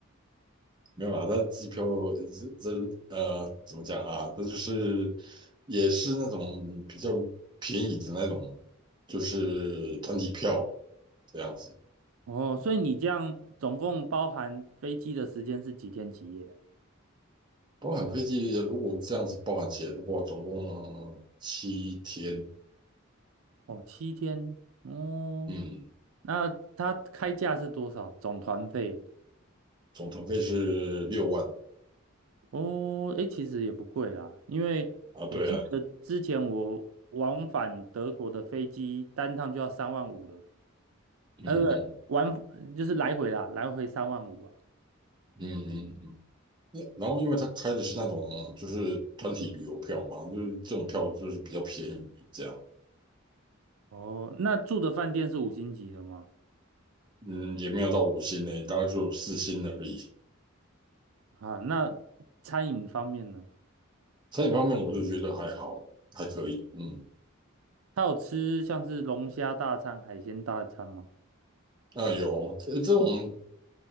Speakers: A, on the right; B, on the right.
A: 没有啦，它机票这这呃怎么讲啊？它就是也是那种比较便宜的那种，就是团体票这样子，
B: 哦，所以你这样总共包含飞机的时间是几天几夜？
A: 包含飞机。如果这样子包含起来的话，总共七天，
B: 哦，七天。哦，
A: 嗯，
B: 那它开价是多少？总团费？
A: 总团费是六万
B: 哦，诶，其实也不贵啦，因为我记得之前我往返德国的飞机单趟就要三万五了，
A: 啊。对啊，嗯嗯
B: 呃，不，往就是来回啦，来回三万五啊。
A: 嗯嗯嗯。也然后因为他开的是那种就是团体旅游票嘛，就是这种票就是比较便宜这样。
B: 哦，那住的饭店是五星级的吗？
A: 嗯，也没有到五星呢，大概就四星而已。
B: 啊，那餐饮方面呢？
A: 餐饮方面，我就觉得还好，还可以。嗯，
B: 他有吃像是龙虾大餐、海鲜大餐吗？
A: 那有这这种